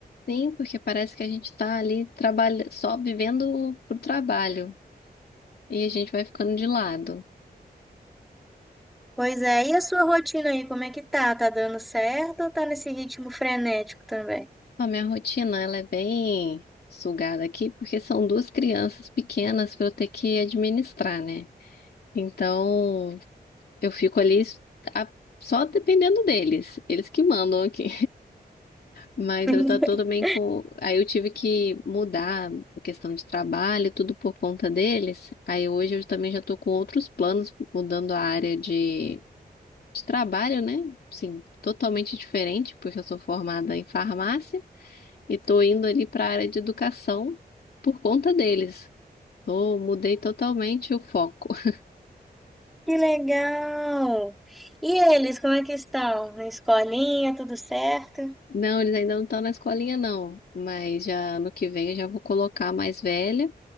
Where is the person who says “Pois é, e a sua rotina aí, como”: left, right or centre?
Centre